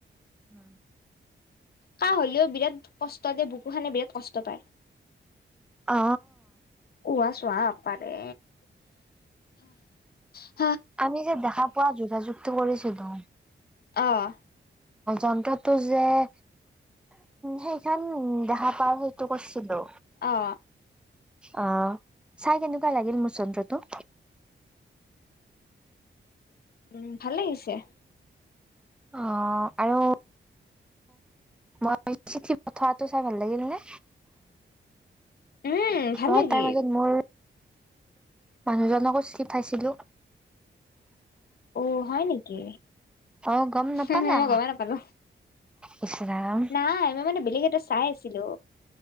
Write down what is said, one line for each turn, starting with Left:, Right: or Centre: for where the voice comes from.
Centre: উম।
Left: কাহ হলেও বিৰাট কষ্ট দে, বুকু খানে বিৰাট কষ্ট পায়।
Centre: অ
Left: উহা <unintelligible> পাৰে <unintelligible>
Centre: আমি যে দেখা পোৱা যোগাযোগটো কৰিছিলো।
Left: অ'
Centre: যন্ত্ৰটো যে উ সেইখনান উ দেখা পা সেইটো কৰছিলো।
Left: অ।
Centre: অহ চাই কেনেকুৱা লাগিল মোৰ যন্ত্ৰটো।
Left: উম ভাল লাগিছে।
Centre: অ' আৰু মই চিঠি পঠোৱাটো চাই ভাল লাগিল নে
Left: উম ভাল
Centre: অ'
Left: লাগিল
Centre: তাৰ মাজত মোৰ মানুহজনকো চিফাইছিলো।
Left: অ' হয় নেকি?
Centre: অ গম নাপালা
Left: মই গমেই নাপালো।
Centre: ইচ ৰাম
Left: নাই আমাৰ মানে বেলেগ এটা চাই আছো। ছিলো।